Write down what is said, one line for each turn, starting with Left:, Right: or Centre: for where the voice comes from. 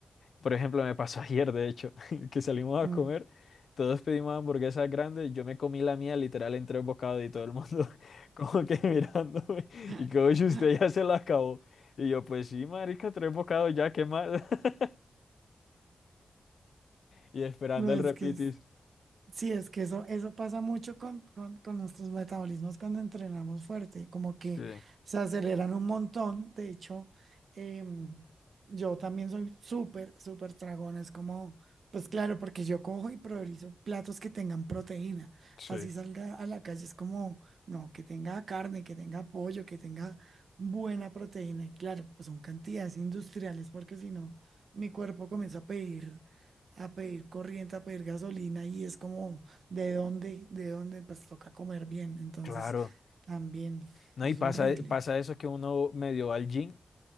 Left: Por ejemplo, me pasó <laughs> ayer, de hecho, <laughs> que salimos
Right: Mm.
Left: a comer, todos pedimos hamburguesas grandes, yo me comí la mía literal en tres bocados y todo el mundo <laughs> como que mirándome
Right: <laughs>
Left: y como si usted ya se la acabó. Y yo, pues sí, marica, tres bocados ya, ¿qué más? <laughs> Y esperando
Right: No,
Left: el
Right: es
Left: repitis.
Right: que es. Sí, es que eso, eso pasa mucho con, con, con nuestros metabolismos cuando entrenamos fuerte, como que
Left: Sí,
Right: se aceleran un montón. De hecho, em, yo también soy súper, súper tragón. Es como, pues claro, porque yo cojo y priorizo platos que tengan proteína.
Left: sí,
Right: Así salga a la calle, es como, no, que tenga carne, que tenga pollo, que tenga buena proteína. Y claro, pues son cantidades industriales, porque si no, mi cuerpo comienza a pedir a pedir corriente, a pedir gasolina y es como, ¿de dónde? ¿De dónde? Pues toca comer bien. Entonces,
Left: claro.
Right: también
Left: No,
Right: es
Left: y pasa,
Right: horrible.
Left: pasa eso que uno medio va al gym,